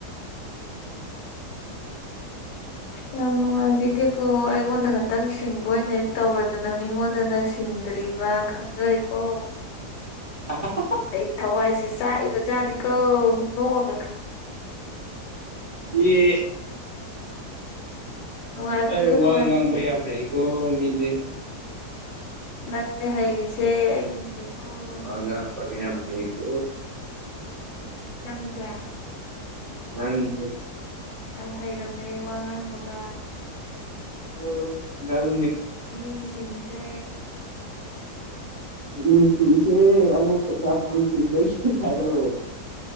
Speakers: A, on the left (about 80°); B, on the right (about 40°).
A: ꯌꯥꯝꯅꯅꯨꯡꯉꯥꯏꯕꯤ ꯇꯦꯀꯣ ꯑꯩꯉꯣꯟꯗ ꯈꯛꯇꯪ ꯁꯤꯡꯕ ꯑꯣꯏꯅ ꯍꯦꯛ ꯇꯧꯔꯗꯅ ꯃꯤꯉꯣꯟꯗꯅ ꯁꯤꯡꯗ꯭ꯔꯤꯕ ꯈꯪꯖꯔꯦꯀꯣ
B: <unintelligible>
A: ꯑꯩ ꯊꯋꯥꯏꯁꯦ ꯆꯥꯛꯏꯕ ꯖꯥꯠꯅꯤ ꯀꯣ ꯅꯣꯛ
B: ꯌꯦ
A: ꯅꯨꯡꯉꯥꯏꯕꯤꯌꯨ
B: ꯑꯩ ꯋꯥ
A: ꯅꯨꯡꯉꯥꯏꯕꯤꯌꯨ
B: ꯉꯥꯡꯕ ꯌꯥꯝ ꯍꯩꯀꯣ ꯃꯤꯗꯤ
A: ꯅꯪꯅꯦ ꯍꯩꯔꯤꯁꯦ ꯇꯀꯣ <inaudible>
B: ꯋꯥ ꯉꯥꯡꯕꯒ ꯌꯥꯝ ꯍꯩꯀꯣ
A: ꯅꯪꯖꯦ
B: ꯅꯪꯁꯦ
A: ꯌꯥꯝ ꯍꯩꯔꯝꯃꯦ ꯋꯥ ꯉꯥꯡꯕꯒ
B: ꯎꯝ ꯅꯪ
A: ꯃꯤꯁꯤꯡꯁꯦ
B: ꯃꯤꯁꯤꯡꯁꯦ ꯑꯃꯨꯛ ꯄꯩꯁꯥ ꯐꯪꯈꯤꯕꯗꯩ ꯍꯥꯢꯔꯛꯑꯣ